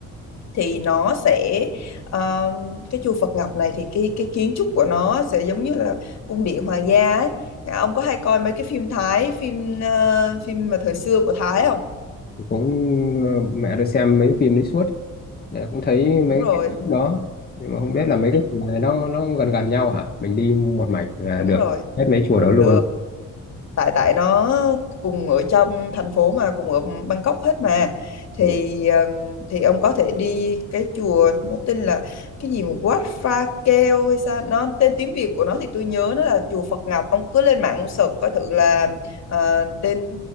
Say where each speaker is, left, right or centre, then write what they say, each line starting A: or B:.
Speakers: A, on the left (about 60°); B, on the left (about 30°).
A: thì nó sẽ ờ, cái chùa Phật Ngọc này thì cái cái kiến trúc của nó sẽ giống như là cung điện hoàng gia ấy. À, Ông có hay coi mấy cái phim Thái, phim ờ, phim mà thời xưa của Thái không?
B: cũng ờ, mẹ tôi xem mấy phim đấy suốt Mẹ cũng thấy mấy
A: Đúng rồi,
B: cái đó nhưng mà không biết là mấy cái chùa này nó nó gần gần nhau hả mình đi một mạch là
A: đúng
B: được
A: rồi.
B: hết mấy chùa đó luôn
A: Được. tại tại nó cùng ở trong thành phố mà cùng ở Bangkok hết mà thì
B: ừ.
A: um, thì ông có thể đi cái chùa nó tên là cái gì mà Wat Pha Keo hay sao nó tên tiếng Việt của nó thì tôi nhớ nó là chùa Phật Ngọc ông cứ lên mạng ông search coi thử là ờ, tên